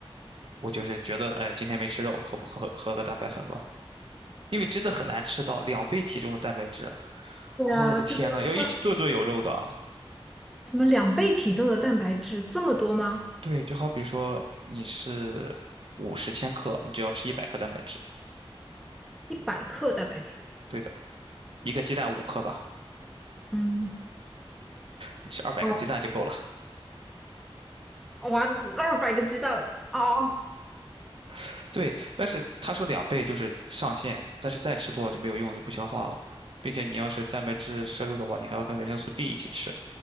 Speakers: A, on the right; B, in the centre.
A: 我就是觉得，哎，今天没吃肉，喝喝喝个蛋白粉吧，因为真的很难吃到两倍体重的蛋白质。
B: 对啊，
A: 哦，我的天呐，
B: 这个要算
A: 要一直顿顿有肉的。
B: 什么两倍体重的蛋白质这么多吗？
A: 对，就好比说你是五十千克，你就要吃一百克蛋白质。
B: 一百克蛋白质。
A: 对的，一个鸡蛋五克吧，
B: 嗯，
A: 你吃二百个鸡蛋就够了。
B: 哦，哇，二百个鸡蛋哦。
A: <laughs> 对，但是他说两倍就是上限，但是再吃多了就没有用了，就不消化了。并且你要是蛋白质摄入的话，你还要跟维生素 B 一起吃。